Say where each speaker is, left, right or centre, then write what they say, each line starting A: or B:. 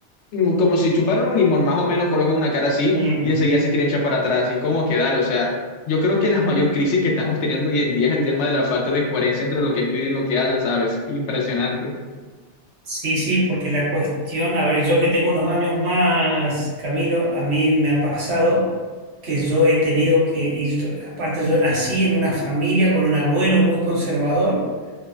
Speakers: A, on the left; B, on the right.
A: mm, como si chuparan un limón, más o menos colocan una cara así
B: Mm,
A: y enseguida se quieren echar para atrás. Y es como que dale, o sea, yo creo que la mayor crisis que estamos teniendo hoy en día es el tema de la falta de coherencia entre lo que piden y lo que hacen, ¿sabes? Impresionante.
B: Sí, sí, porque la cuestión, a ver, yo que tengo unos años más, Camilo, a mí me ha pasado que yo he tenido que, y yo- aparte yo nací en una familia con un abuelo muy conservador